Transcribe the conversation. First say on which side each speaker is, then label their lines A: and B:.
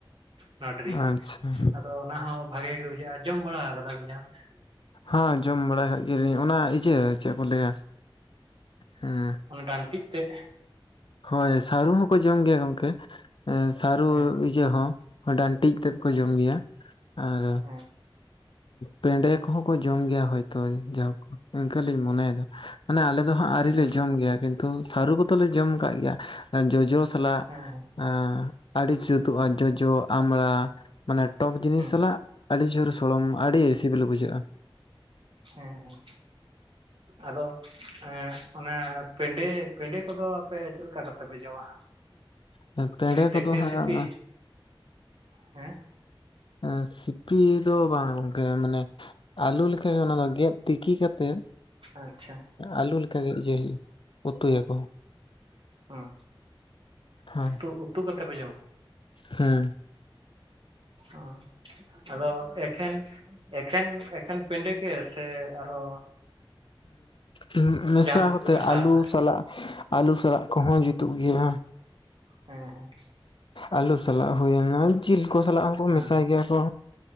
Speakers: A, on the right (about 65°); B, on the left (about 60°).
A: ᱱᱟᱹᱰᱨᱤ
B: ᱟᱪᱪᱷᱟ
A: ᱟᱫᱚ ᱚᱱᱟ ᱦᱚᱸ ᱵᱷᱟᱜᱤ ᱜᱮ ᱵᱩᱡᱷᱟᱹᱜ-ᱟ ᱡᱚᱢ ᱵᱟᱲᱟ ᱠᱟᱫᱟ ᱵᱤᱱ ᱡᱟᱦᱟᱸ ᱛᱤᱥ
B: ᱦᱟᱸ ᱡᱚᱢ ᱵᱟᱲᱟ ᱠᱟᱜ ᱜᱮᱞᱤᱧ ᱚᱱᱟ ᱤᱭᱟᱹ ᱪᱮᱫ ᱠᱚ ᱞᱟᱹᱭᱟ ᱦᱮᱸ
A: ᱚᱱᱟ ᱰᱟᱹᱱᱴᱤᱜ ᱛᱮᱜ᱾
B: ᱦᱳᱭ ᱥᱟᱹᱨᱩ ᱦᱚᱸᱠᱚ ᱡᱚᱢ ᱜᱮᱭᱟ ᱜᱚᱝᱠᱮ, ᱥᱟᱹᱨᱩ
A: ᱦᱮᱸ
B: ᱤᱭᱟᱹ ᱦᱚᱸ ᱚᱱᱟ ᱰᱟᱱᱴᱤᱡ ᱛᱮᱫ ᱠᱚ ᱡᱚᱢ ᱜᱮᱭᱟ ᱟᱨ
A: ᱦᱮᱸ
B: ᱯᱮᱰᱮ ᱠᱚᱦᱚᱸ ᱠᱚ ᱡᱚᱢ ᱜᱮᱭᱟ ᱦᱳᱭ ᱛᱚ ᱡᱟᱭᱦᱳᱠ ᱤᱱᱠᱟᱹ ᱞᱤᱧ ᱢᱚᱱᱮᱭᱮᱫᱟ᱾ ᱢᱟᱱᱮ ᱟᱞᱮ ᱫᱚ ᱦᱟᱸᱜ ᱟᱹᱨᱤᱞᱮ
A: ᱦᱮᱸ
B: ᱡᱚᱢ ᱜᱮᱭᱟ ᱠᱤᱱᱛᱩ ᱥᱟᱹᱨᱩ ᱠᱚᱫᱚᱞᱮ ᱡᱚᱢ ᱠᱟᱜ ᱜᱮᱭᱟ᱾ ᱡᱚᱡᱚ ᱥᱟᱞᱟᱜ
A: ᱦᱮᱸ ᱦᱮᱸ
B: ᱮ ᱟᱹᱰᱤ ᱡᱩᱛᱩᱜ-ᱟ ᱡᱚᱡᱚ, ᱟᱢᱲᱟ, ᱢᱟᱱᱮ ᱴᱚᱠ ᱡᱤᱱᱤᱥ
A: ᱦᱮᱸ
B: ᱥᱟᱞᱟᱜ ᱟᱹᱰᱤ ᱡᱳᱨ ᱥᱚᱲᱚᱢ ᱟᱹᱰᱤ ᱥᱤᱵᱤᱞ ᱵᱩᱡᱷᱟᱹᱜᱼᱟ
A: ᱦᱮᱸ ᱦᱮᱸ ᱟᱫᱚ ᱮᱸ ᱚᱱᱮ ᱯᱮᱰᱮ ᱯᱮᱰᱮ ᱠᱚᱫᱚ ᱟᱯᱮ ᱪᱮᱫ ᱞᱮᱠᱟ ᱠᱟᱛᱮᱫ ᱯᱮ ᱡᱚᱢᱟ?
B: ᱯᱮᱸᱲᱮ
A: ᱮᱢᱱᱤ
B: ᱠᱚᱫᱚ
A: ᱛᱮᱠᱮ
B: ᱦᱟᱸᱜ
A: ᱥᱤᱯᱤ ᱦᱮᱸ?
B: ᱮᱸ ᱥᱤᱯᱤ ᱫᱚ ᱵᱟᱝ ᱜᱚᱝᱠᱮ ᱢᱟᱱᱮ ᱟᱞᱩ ᱞᱮᱠᱟ ᱜᱮ ᱚᱱᱟ ᱫᱚ ᱜᱮᱫ ᱛᱤᱠᱤ ᱠᱟᱛᱮᱫ
A: ᱟᱪᱪᱷᱟ
B: ᱟᱞᱩ ᱞᱮᱠᱟᱜᱮ ᱡᱮᱞ ᱩᱛᱩᱭᱟᱠᱚ᱾
A: ᱦᱚᱸ
B: ᱦᱮᱸ
A: ᱛᱚ ᱩᱛᱩ ᱠᱟᱛᱮ ᱯᱮ ᱡᱚᱢᱟ᱾
B: ᱦᱮᱸ,
A: ᱦᱚᱸ, ᱟᱫᱚ ᱮᱠᱷᱮᱱ ᱮᱠᱷᱮᱱ ᱮᱠᱷᱮᱱ ᱯᱮᱸᱰᱮ ᱜᱮ ᱥᱮ ᱟᱨᱚ
B: ᱮᱸ ᱢᱮᱥᱟ
A: ᱡᱟᱦᱟᱱᱟᱜ ᱠᱚᱯᱮ
B: ᱠᱟᱛᱮᱜ
A: ᱢᱮᱥᱟᱣᱟᱜᱼᱟ
B: ᱟᱞᱩ ᱥᱟᱞᱟᱜ ᱟᱞᱩ ᱥᱟᱞᱟᱜ ᱠᱚᱦᱚᱸ ᱡᱩᱛᱩᱜ ᱜᱮᱭᱟ᱾
A: ᱦᱮᱸ ᱦᱮᱸ᱾
B: ᱟᱹᱞᱩ ᱥᱟᱞᱟᱜ ᱦᱩᱭ ᱮᱱᱟ ᱡᱤᱞ ᱠᱚ ᱥᱟᱞᱟᱜ ᱦᱚᱸᱠᱚ
A: ᱦᱮᱸ
B: ᱢᱮᱥᱟᱭ ᱜᱮᱭᱟ ᱠᱚ᱾